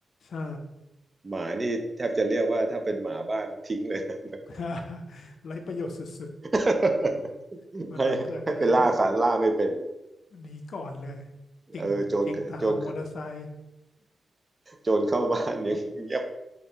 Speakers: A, on the left (about 75°); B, on the right (about 20°).
A: ใช่
B: หมานี่แทบจะเรียกว่าถ้าเป็นหมาบ้านมันทิ้งเลยนะ
A: <laughs> ไร้ประโยชน์สุด
B: <laughs>
A: ๆเวลาเกิดเลยนี่
B: ให้ให้ไปล่าสัตว์ล่าไม่เป็นอะ
A: หนีก่อนเลยเก่งเก่งแต่เห่ามอเตอร์ไซค์
B: เออโจรโจรโจรเข้าบ้านยังเงียบ